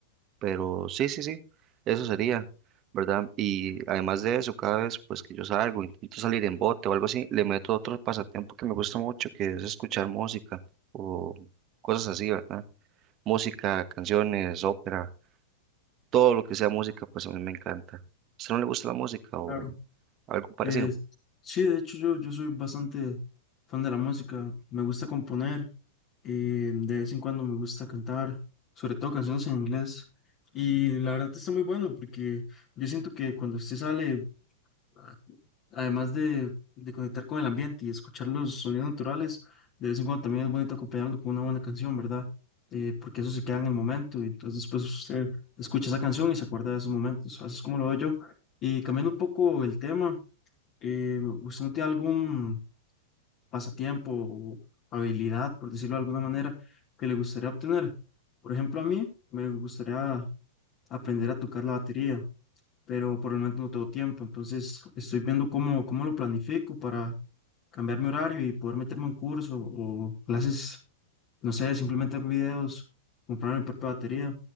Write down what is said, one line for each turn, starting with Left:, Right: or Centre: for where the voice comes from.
Right: Pero sí, sí, sí, eso sería, ¿verdad? Y además de eso, cada vez pues que yo salgo, intento salir en bote o algo así, le meto otro pasatiempo que me gusta mucho, que es escuchar música o cosas así, ¿verdad? Música, canciones, ópera, todo lo que sea música, pues a mí me encanta. ¿A usted no le gusta la música o
Left: Claro.
Right: algo parecido?
Left: Eh, sí, de hecho yo, yo soy bastante fan de la música. Me gusta componer eh, de vez en cuando me gusta cantar, sobre todo canciones en inglés. Y la verdad está muy bueno porque yo siento que cuando usted sale, a- además de, de conectar con el ambiente y escuchar los sonidos naturales, de vez en cuando también es bonito acompañarlo con una buena canción, ¿verdad? Eh, porque eso se queda en el momento y entonces después usted escucha esa canción y se acuerda de esos momentos. Así es como lo veo yo. Y cambiando un poco el tema, eh, ¿usted no tiene algún pasatiempo o habilidad, por decirlo de alguna manera, que le gustaría obtener. Por ejemplo, a mí me gustaría aprender a tocar la batería, pero por el momento no tengo tiempo, entonces estoy viendo cómo, cómo lo planifico para cambiar mi horario y poder meterme en curso o clases, no sé, simplemente videos, comprar mi propia batería.